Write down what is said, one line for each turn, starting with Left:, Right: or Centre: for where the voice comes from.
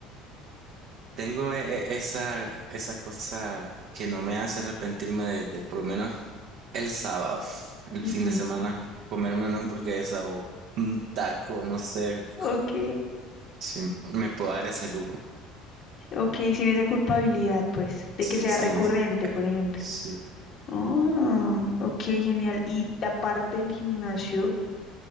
Right: tengo e- e- esa, esa cosa que no me hace arrepentirme de, de por lo menos el sábado, el
Left: ujú,
Right: fin de semana, comerme una hamburguesa o un taco, no sé
Left: Ok,
Right: si me puedo dar ese lujo.
Left: ok, sin esa culpabilidad, pues, de
Right: Sí,
Left: que sea
Right: sí,
Left: recurrente,
Right: eso.
Left: por ejemplo.
Right: Sí.
Left: Oh, ok, genial. ¿Y aparte del gimnasio,